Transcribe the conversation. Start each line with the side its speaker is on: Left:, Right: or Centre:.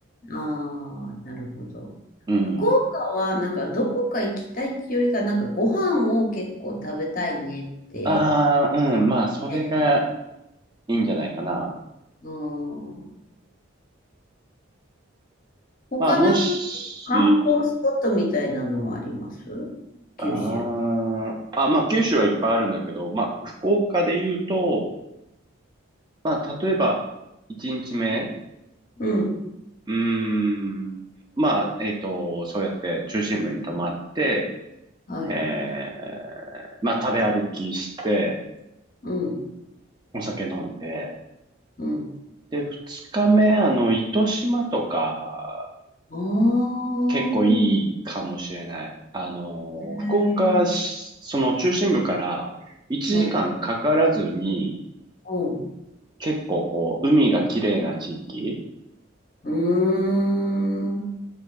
Left: ああ、なるほど。
Right: うん。
Left: 福岡はなんかどこか行きたいっていうよりか、なんかご飯を結構食べたいねって
Right: ああ、
Left: 言って、
Right: うん、まあ、それがいいんじゃないかな。
Left: うん。他なんか
Right: まあ、もし、
Left: 観光スポットみたいなのはあります九州。
Right: あーあ、まあ、九州はいっぱいあるんだけど、まあ、福岡で言うと、まあ、例えば、1日目、
Left: うん。
Right: うーん、まあ、えっと、そうやって中心部に泊まって、
Left: はい。
Right: えー、まあ、食べ歩きして、
Left: うん。
Right: お酒飲んで、
Left: うん。
Right: で、2日目、あの、糸島とか、
Left: ああ、
Right: 結構いいかもしれない。あの、
Left: えー
Right: 福岡、その中心部から1時間かんかからずに、
Left: はい。おう。
Right: 結構こう、海が綺麗な地域。
Left: うーん。